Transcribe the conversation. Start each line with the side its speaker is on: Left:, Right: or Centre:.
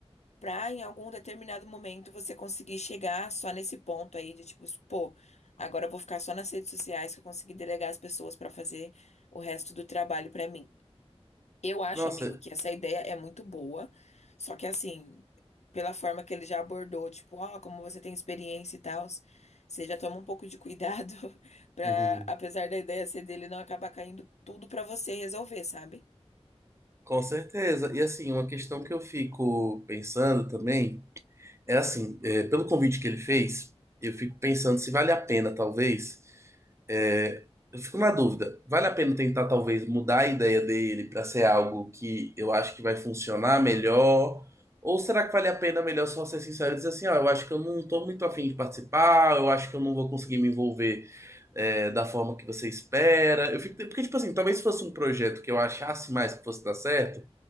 Left: pra em algum determinado momento você conseguir chegar só nesse ponto aí de tipo, pô, agora eu vou ficar só nas redes sociais que eu consegui delegar as pessoas pra fazer o resto do trabalho pra mim. Eu acho,
Right: Nossa,
Left: amigo, que essa ideia é muito boa, só que assim, pela forma que ele já abordou, tipo, ó, como você tem experiência e tal, você já toma um pouco de cuidado <laughs> pra,
Right: uhum,
Left: apesar da ideia ser dele, não acabar caindo tudo pra você resolver, sabe?
Right: com certeza. E assim, uma questão que eu fico pensando também. É assim, é, pelo convite que ele fez, eu fico pensando se vale a pena, talvez. é, eu fico na dúvida. Vale a pena tentar, talvez, mudar a ideia dele para ser algo que eu acho que vai funcionar melhor? Ou será que vale a pena melhor só ser sincero e dizer assim, ó, eu acho que eu não tô muito afim de participar, eu acho que eu não vou conseguir me envolver, é, da forma que você espera. Eu fico, porque, tipo assim, talvez se fosse um projeto que eu achasse mais que fosse dar certo